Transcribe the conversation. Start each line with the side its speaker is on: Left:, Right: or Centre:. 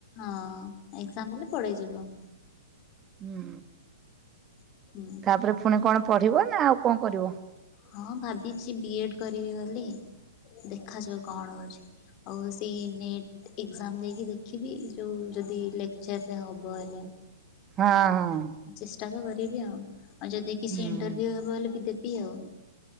Left: ହଁ ଏଗଜାମ୍ ହେଲେ ପଳେଇ ଯିବୁ।
Right: ହୁଁ
Left: ହୁଁ।
Right: ତାପରେ ଫୁଣି କଣ ପଢିବ ନା ଆଉ କଣ କରିବ?
Left: ହଁ ଭାବିଚି ବିଏଡ କରିବି ବୋଲି ଦେଖାଯାଉ କଣ ହୋଉଚି। ଆଉ ସେଇ ନେଟ୍ ଏଗଜାମ ଦେଇକି ଦେଖିବି ଯୋଉ ଯଦି ଲେକଚରରେ ହବ ହେଲେ।
Right: ହଁ ହଁ।
Left: ଚେଷ୍ଟା ତ କରିବି ଆଉ ଆଉ ଯଦି କିଛି
Right: ହୁଁ
Left: ଇଣ୍ଟରଭ୍ୟୁ ହବ ହେଲେ ବି ଦେବି ଆଉ।